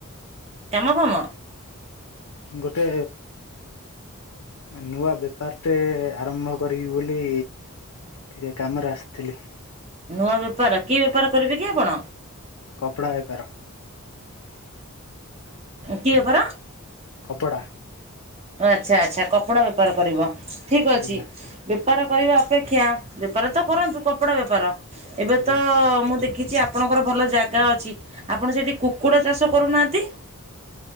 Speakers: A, on the right; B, on the left.
A: କାମ ଫାମ
B: ଗୋଟେ ନୂଆ ବେପାର ଟେ ଆରମ୍ଭ କରିବି ବୋଲି ଟିକେ କାମରେ ଆସିଥିଲି।
A: ନୂଆବେପାର କି ବେପାର କରିବେକି ଆପଣ?
B: କପଡ଼ା ବେପାର।
A: କି ବେପାର?
B: କପଡ଼ା।
A: ଓ ଆଚ୍ଛା ଆଚ୍ଛା କପଡ଼ା ବେପାର କରିବ ଠିକ୍ ଅଛି।
B: ଆଜ୍ଞା
A: ବେପାର କରିବା ଅପେକ୍ଷା ବେପାର ତ କରନ୍ତୁ। କପଡ଼ା ବେପାର ଏବେ
B: ଆଜ୍ଞା।
A: ତ ମୁଁ ଟି କିଛି ଆପଣଙ୍କର ଭଲ ଜାଗା ଅଛି। ଆପଣ ସେଇଠି କୁକୁଡ଼ା ଚାଷ କରୁନାହାନ୍ତି।